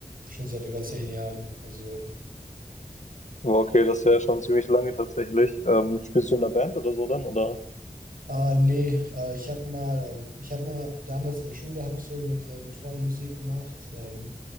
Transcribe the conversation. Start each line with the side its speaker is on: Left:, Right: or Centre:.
Right: schon seit über zehn Jahren. Also,
Left: Oh, Okay, das ist ja schon ziemlich lange tatsächlich. Ähm, spielst du in einer Band oder so dann, oder?
Right: ah nee, äh, ich habe mal, ähm, ich habe mal damals in der Schule habe ich so mit äh, mit Freunden Musik gemacht. Ähm,